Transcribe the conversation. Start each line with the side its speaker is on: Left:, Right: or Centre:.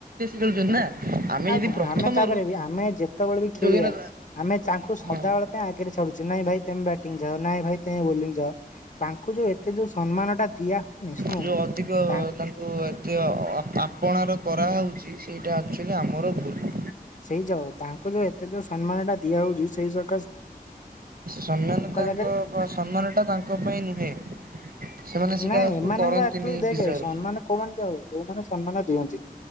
Right: ଖଳୁଛନ୍ତି ନା ଆମେ
Left: ଆଉ
Right: ଯଦି
Left: ଘ
Right: ପ୍ରଥମରୁ
Left: ଆମେ ତାପରେ ବି ଆମେ ଯେତେ ଯେତେବେଳେ ଖେଳିବା
Right: ଯୋଗେଇ ନଦବା
Left: ଆମେ ଚାଙ୍କୁ ସଦାବେଳେ
Right: ହଁ
Left: ପାଇଁ ଆଗରେ ଛାଡୁଚେ ନାଇଁ ଭାଇ ତମେ ବ୍ୟାଟିଂ ଜ ନାଇଁ ଭାଇ ତମେ ବୋଲିଙ୍ଗ ଯାଅ ତାଙ୍କୁ ଯଉ ଏତେ ଯୋଉ ସମ୍ମାନ ଟା ଦିଆ ହଉନି ଶୁଣୁ
Right: ଯେଉଁ ଅଧିକ
Left: ତା
Right: ତାଙ୍କୁ ଏତେ ଅ ଆପଣାର କରାହେଉଛି ସେଇ ଏଇଟା ଆକ୍ଚୁଆଲି ଆମର ଭୁଲ
Left: ସେଇ ଯଅ ତାଙ୍କୁ ଯୋଉ ଏତେ ଯୋଉ ସମ୍ମାନ ଟା ଦିଆ ହଉଛି ସେଇସ
Right: ସମ୍ମାନ ତାଙ୍କ
Left: ଜାଗାରେ
Right: ସମ୍ମାନଟା ତାଙ୍କ ପାଇଁ ନୁହେଁ ସେମାନେ ସେଟାକୁ
Left: ନାଇଁ ଏମାନଙ୍କ
Right: କରନ୍ତିନି
Left: ଏକ୍ଟୁଆଲି ଦେଖେ
Right: ଡିଜର୍ଭ
Left: ସମ୍ମାନ କଉମାନେ ଦିଆହୁଏ ଯୋଉମାନେ ସମ୍ମାନ ଦିଅନ୍ତି।